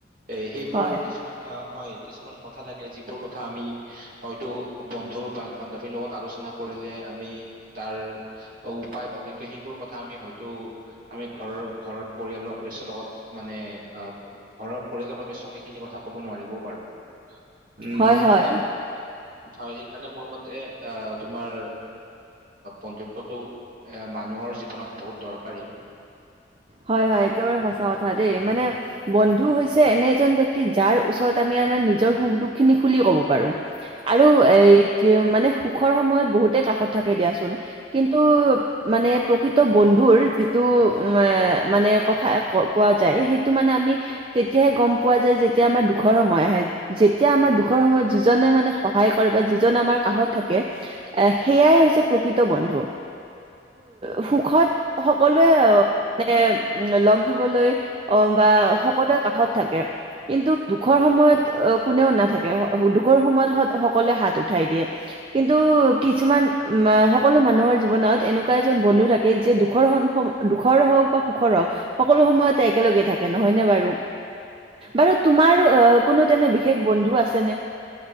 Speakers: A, on the right; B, on the right.
A: এ সেইবোৰ
B: হয়,
A: কিছুমান অ' হয়। কিছুমান কথা থাকে যিবোৰ কথা আমি হয়তো বন্ধু বান্ধৱীৰ লগত আলোচনা কৰিলে আমি তাৰ উপায় পাওঁ কিন্তু সেইবোৰ কথা আমি হয়তো আমি ঘৰৰ ঘৰৰ পৰিয়ালৰ সদস্যৰ লগত মানে আৰু ঘৰৰ পৰিয়ালৰ সদস্য সেইখিনি কথা ক'ব নোৱাৰিবও পাৰো উম
B: হয়,
A: সেইকাৰণে
B: হয়।
A: আৰু সেইকাৰণে মোৰ মতে তোমাৰ বন্ধুত্বটো এ মানুহৰ জীৱনত বহুত দৰকাৰী
B: হয় হয় একেবাৰে সঁচা এটা কথা দেই মানে বন্ধু হৈছে এনে এজন ব্যক্তি যাৰ ওচৰত আমি আমাৰ নিজৰ সুখ দুখ খিনি খুলি ক'ব পাৰো আৰু এ এতিয়া মানে সুখৰ সময়ত বহুতে কাষত থাকে দিয়াচোন কিন্তু, টো মানে প্ৰকৃত বন্ধুৰ যিটো অ। মানে কথা কোৱা যায় সেইটো মানে আমি তেতিয়াহে গম পোৱা যায় যেতিয়া আমাৰ দুখৰ সময় আহে যেতিয়া আমাৰ দু সুখৰ সময়ত যিজনে মানে। সহায় কৰে যি আমাৰ কাষত থাকে সেয়াই হৈছে প্ৰকৃত বন্ধু আৰু। সুখত সকলোৱে অ -- উ লগ দিবলৈ, অ বা সকলোৱে কাষত থাকে কিন্তু সুখৰ সময়ত কোনেও নাথাকে উ দুখৰ সময়ত সকলোৱে হাত উঠাই দিয়ে কিন্তু কিছুমান সকলো মানুহৰ জীৱনত এনেকুৱা এজন বন্ধু থাকে যে দুখৰ দুখৰ হওঁক। সুখৰ হক সকলো সময়তে একেলগে থাকে নহয় ন বাৰু বাৰু তোমাৰো কোনো। তেনে বিশেষ বন্ধু আছেনে।